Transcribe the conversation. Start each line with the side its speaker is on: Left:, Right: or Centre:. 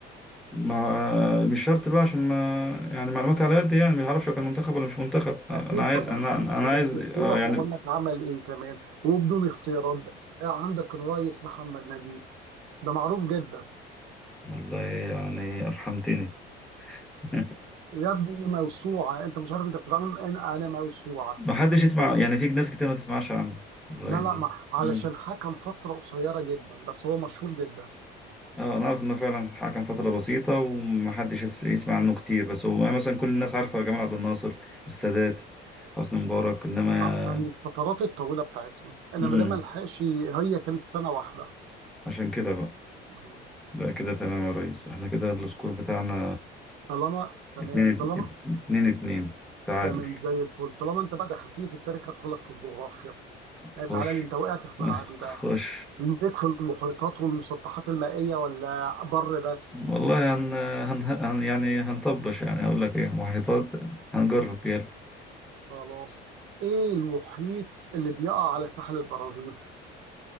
Centre: ما مش شرط بقى عشان ما يعني معلوماتي على قد يعني ما اعرفش هو كان منتخب ولا مش منتخب آه،
Right: اكيد
Centre: انا عايز
Right: طبعا
Centre: انا
Right: عارف
Centre: انا
Right: وده
Centre: عايز
Right: انا اجيبه
Centre: اه
Right: لك
Centre: يعني
Right: واقول لك عمل ايه كمان وبدون اختيارات بقى. عندك الرئيس محمد نجيب ده معروف جدا
Centre: والله يعني افحمتني <laughs>
Right: يا ابني موسوعه انت مش عارف انت بتتعامل انا انا موسوعه
Centre: ما حدش
Right: اوكي
Centre: يسمع يعني في ناس كتير ما تسمعش عنه الرئيس
Right: لا لا
Centre: ده
Right: ما. علشان
Centre: مم.
Right: حكم فتره قصيره جدا بس هو مشهور جدا
Centre: اه انا عارف انه فعلا حكم فترة بسيطة ومحدش يس- يسمع عنه كتير بس هو يعني مثلا كل الناس عارفة جمال عبد الناصر السادات حسني
Right: مهم.
Centre: مبارك انما
Right: عشان الفترات الطويله بتاعتهم انا
Centre: امم
Right: ما دام الحقش هي كانت سنه واحده
Centre: عشان كده بقى
Right: مهم.
Centre: لا كده تمام يا ريس احنا كده السكور بتاعنا
Right: طالما تمام
Centre: اتنين
Right: طالما
Centre: اتنين اتنين تعادل
Right: تمام زي الفل طالما انت بقى دخلتني في التاريخ هدخلك في الجغرافيا لا،
Centre: خش
Right: تعالى لي انت وقعت في ملعبي بقى
Centre: <laughs> خش
Right: ليك في المحيطات والمسطحات المائية ولا بر بس
Centre: والله هن... هن... هن... يعني هنطبش يعني هقول لك ايه محيطات هنجرب يلا
Right: خلاص ايه المحيط اللي بيقع على ساحل البرازيل